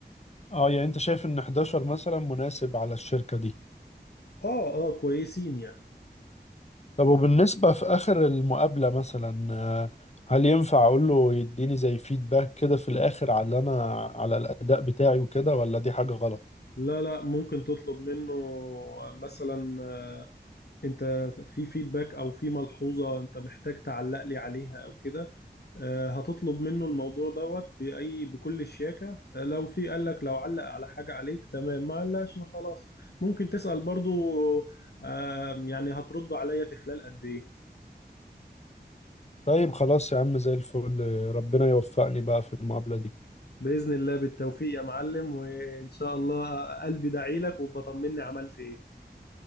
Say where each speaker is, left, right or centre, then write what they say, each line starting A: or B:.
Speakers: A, on the left; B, on the left.
A: اه يعني انت شايف ان 11 مثلا مناسب على الشركة دي
B: اه اه كويسين يعني
A: طب وبالنسبة في آخر المقابلة مثلا آه، هل ينفع أقول له يديني زي فيدباك كده في الآخر على أنا على الأداء بتاعي وكده ولا دي حاجة غلط؟
B: لا لا ممكن تطلب منه مثلا انت في فيدباك او في ملحوظة انت محتاج تعلق لي عليها او كده آه، هتطلب منه الموضوع دوت بأي بكل الشياكة آه، لو في قال لك لو علق على حاجة عليك تمام ما علقش خلاص ممكن تسأل برضو آه، يعني هترد عليا في خلال قد ايه
A: طيب خلاص يا عم زي الفل ربنا يوفقني بقى في المقابلة دي
B: بإذن الله بالتوفيق يا معلم وإن شاء الله قلبي دعيلك وبطمني عملت ايه